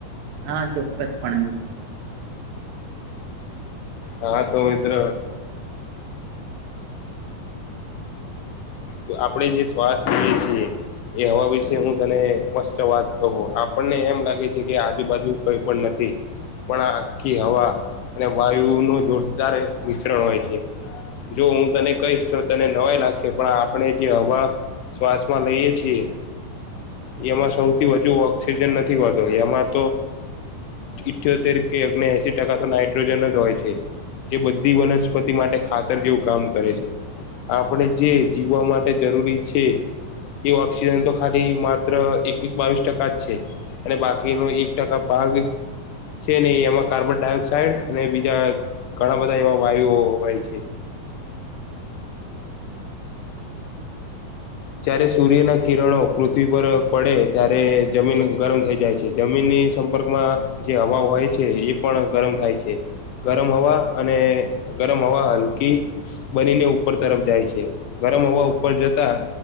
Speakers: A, on the right; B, on the left.
A: હા ચોક્કસ પણે.
B: હા તો મિત્ર. તો આપણેે જે શ્વાસ લઈએ છીએ. એ હવા વિશે હું તને મસ્ત વાત કહું આપણને એમ લાગે છે કે આજુબાજુ કંઈ પણ નથી. પણ આખી હવા અને વાયુ નું જોરદાર મિશ્રણ હોય છે. જો હું તને કહીશ તો તને નવાઈ લાગશે પણ આપણે જે હવા શ્વાસ માં લઈએ છીએ. એમાં સૌથી વધુ ઓક્સિજન નથી હોતો એમાં તો, ઇઠ્યોતેર કે અગને એશી ટકા તો નાઇટ્રોજન જ હોય છે. જે બધી વનસ્પતિ માટે ખાતર જેવું કામ કરે છે આપણે જે. જીવવા માટે જરૂરી છે. એ ઓક્સિજન તો ખાલી માત્ર એકવીસ, બાવીસ ટકા જ છે. અને બાકીનો એક ટકા ભાગ. છે ને એમાં કાર્બન ડાયોક્સાઇડ અને બીજા ઘણા બધા એવા વાયુઓ હોય છે. જયારે સૂર્યના કિરણો પૃથ્વી પર પડે ત્યારે જમીન ગરમ થઈ જાય છે. જમીનની સંપર્કમાં જે હવા હોય છે એ પણ ગરમ થાય છે. ગરમ હવા અને ગરમ હવા હલકી. બનીને ઉપર તરફ જાય છે ગરમ હવા ઉપર જતા,